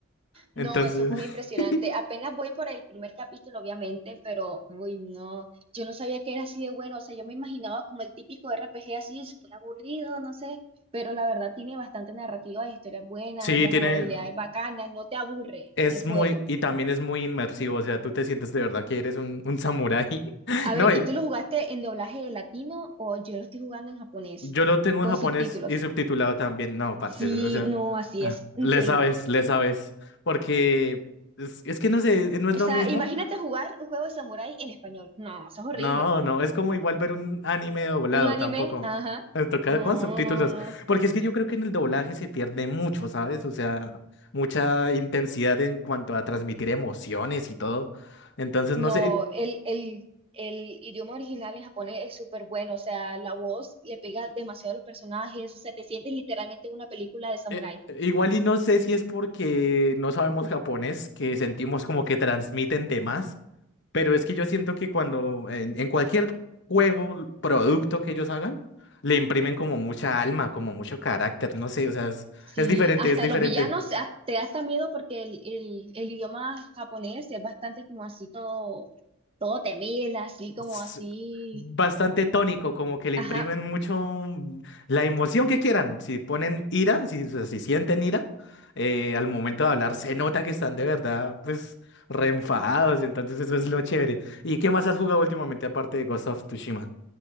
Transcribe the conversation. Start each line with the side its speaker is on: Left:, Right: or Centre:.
Left: Entonces.
Right: No, eso fue impresionante.
Left: <laughs>
Right: Apenas voy por el primer capítulo, obviamente, pero, uy, no, yo no sabía que era así de bueno. O sea, yo me imaginaba como el típico RPG así, súper aburrido, no sé, pero la verdad tiene bastante narrativa, historias buenas,
Left: Sí,
Right: la
Left: tiene,
Right: jugabilidad es bacana, no te aburre
Left: es
Right: el
Left: muy,
Right: juego.
Left: y también es muy inmersivo, o sea, tú te sientes de verdad que eres un, un samurái. <laughs>
Right: A
Left: No,
Right: ver,
Left: eh,
Right: ¿y tú lo jugaste en doblaje latino o yo lo estoy jugando en japonés
Left: yo lo tengo
Right: con
Left: en japonés
Right: subtítulos?
Left: y subtitulado también, no, parce,
Right: Sí,
Left: o sea,
Right: no, así
Left: ah,
Right: es, increíble.
Left: le sabes, le sabes, porque es, es que no sé, eh, no es
Right: O
Left: lo
Right: sea,
Left: mismo.
Right: imagínate jugar un juego de samurái en español. No, eso es horrible.
Left: No, no, es como igual ver un anime doblado
Right: Un anime,
Left: tampoco.
Right: ajá.
Left: Me toca
Right: No,
Left: con subtítulos,
Right: no, no.
Left: porque es que yo creo que en el doblaje se pierde mucho, ¿sabes? O sea, mucha intensidad en cuanto a transmitir emociones y todo. Entonces,
Right: No,
Left: no sé,
Right: el, el, el idioma original en japonés es súper bueno, o sea, la voz le pega demasiado a los personajes, o sea, te sientes literalmente en una película de samurái.
Left: Eh, eh, igual y no sé si es porque no sabemos japonés, que sentimos como que transmiten temas, pero es que yo siento que cuando en, en cualquier juego, producto que ellos hagan, le imprimen como mucha alma, como mucho carácter, no sé, o sea, es,
Right: Sí,
Left: es diferente,
Right: hasta
Left: es diferente.
Right: los villanos ah, te da hasta miedo porque el, el, el idioma japonés es bastante como así todo, todo temible, así como
Left: s-
Right: así,
Left: bastante tónico, como que le
Right: ajá,
Left: imprimen mucho mm, la emoción que quieran. Si ponen ira, si, si sienten ira, eh, al momento de hablar se nota que están de verdad, pues, re enfadados. Entonces eso es lo chévere. ¿Y qué más has jugado últimamente aparte de Ghost of Tsushima?